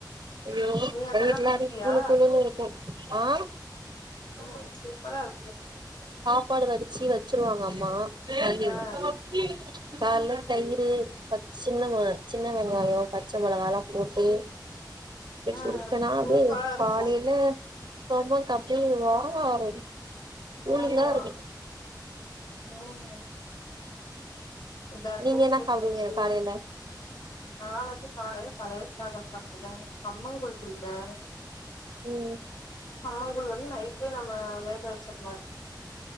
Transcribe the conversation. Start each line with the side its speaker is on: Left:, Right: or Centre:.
Right: ஐயோ
Left: நீ அதெல்லா
Right: வயிறு எல்லா
Left: குடிப்பியா
Right: அப்படி கூழு கூழுன்னு இருக்கு ஆ
Left: ஆ சூப்பரா இருக்கு
Right: சப்பாடு வடிச்சு வச்சிருவாங்க அம்மா <unintelligible>
Left: ஆ
Right: பப்பி காலைல தயிரூ ப சின்னமா சின்ன வெங்காயோ பச்ச மோளகலா போட்டு அப்டியே
Left: ஆ
Right: குடிச்சனா அப்டியே
Left: சூப்பரா இருக்கு
Right: காலைல ஒன் மோர் கப்பே வாவ் கூலிங்க
Left: ஆமா
Right: இருக்கு
Left: ம் தர்பூஸ்சணி
Right: நீங்க என்ன சாப்டுவீங்க
Left: ஜூசே
Right: காலைல
Left: நா வந்து காலைல பழைய சாதம் சாப்டுவே கம்பங் கூழ் குடிப்பே
Right: ம்
Left: சாதோ வந்து நைட்டே நம்ப வேக வச்சர்ணு